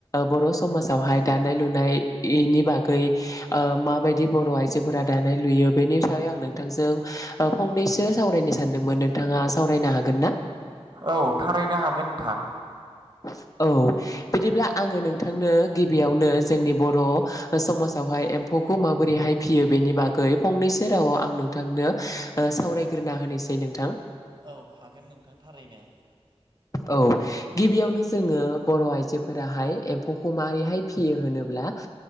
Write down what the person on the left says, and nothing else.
बर' समाजावहाय दानाय लुनाय बेनि बागै माबायदि बर' आइजोफोरा दानाय लुयो बेनि हिसाबै आं नोंथांजों फंनैसो सावरायनो सानदोंमोन। नोंथाङा सावरायनो हागोनना।
<inaudible> औ बिदिब्ला आङो नोंथांनो गिबियावनो जोंनि बर' समाजावहाय एम्फौ। एम्फौखौ माबोरैहाय फियो बेनि बागै फंनैसो रावाव आं नोंथांनो सावरायग्रोना होनोसै नोंथां।
औ। गिबियावनो जोङो बर' आइजोफोराहाय एम्फौखौ माबारैहाय फियो होनोब्ला